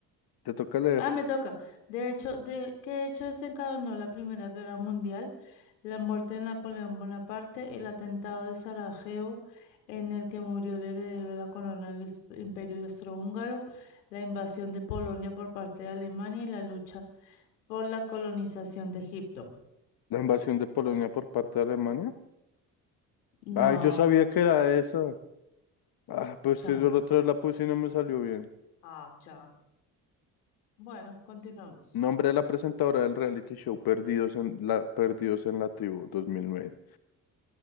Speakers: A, on the left; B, on the left.
A: Te toca leer.
B: Ah, me toca. De hecho, de, ¿qué hecho desencadenó la Primera Guerra Mundial? La muerte de Napoleón Bonaparte, el atentado de Sarajevo, en el que murió el heredero de la corona del is- Imperio Austrohúngaro, la invasión de Polonia por parte de Alemania y la lucha por la colonización de Egipto.
A: La invasión de Polonia por parte de Alemania.
B: No,
A: Ay, yo sabía que era esa. Ah, pues
B: cha.
A: que yo la otra vez la puse y no me salió bien.
B: Ah, cha. Bueno, continuamos.
A: Nombre de la presentadora del reality show Perdidos en la, Perdidos en la Tribu dos mil nueve.